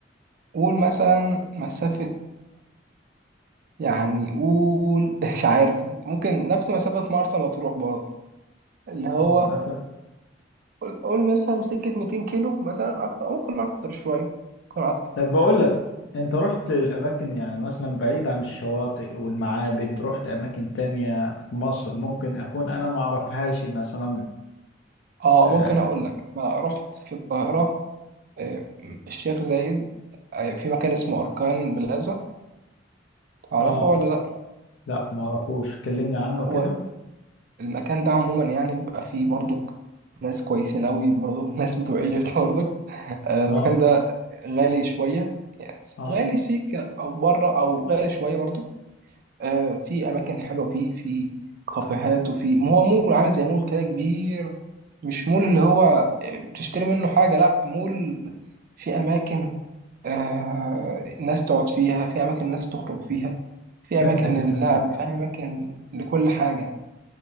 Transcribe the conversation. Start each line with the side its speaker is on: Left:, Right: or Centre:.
Right: قول مثلا مسافه يعني قول <laughs> مش عارف ممكن نفس مسافه مرسى مطروح برضو اللي هو
Left: ما فرق.
Right: قول قول مثلا سكة 200 كيلو مثلا أكتر ممكن أكتر شوية ممكن أكتر
Left: طب بقول لك انت رحت الاماكن يعني مثلا بعيد عن الشواطئ والمعابد رحت اماكن تانية في مصر ممكن اكون انا ما اعرفهاش مثلا
Right: أه
Left: اه
Right: ممكن أقول لك أنا رحت في القاهرة آه، الشيخ زايد آه، في مكان اسمه أركان بلازا تعرفه
Left: آه،
Right: ولا لأ؟
Left: لا ما اعرفوش كلمني عنه
Right: هو
Left: كده
Right: المكان ده عموما يعني بيبقى فيه برضك ناس كويسين أوي برضك <laughs> ناس بتوع إيجيبت برضك آه، المكان
Left: اه
Right: ده غالي شوية يعني
Left: اه
Right: غالي سيكة أو بره أو غالي شوية برضك آه، في اماكن حلوه فيه في كافيهات وفي ما هو مول عامل زي مول كده كبير مش مول اللي هو آه، بتشتري منه حاجه لا مول في اماكن آه ناس تقعد فيها في اماكن ناس تخرج فيها في
Left: فهمتك
Right: اماكن للعب
Left: فهمتك
Right: في اماكن لكل حاجه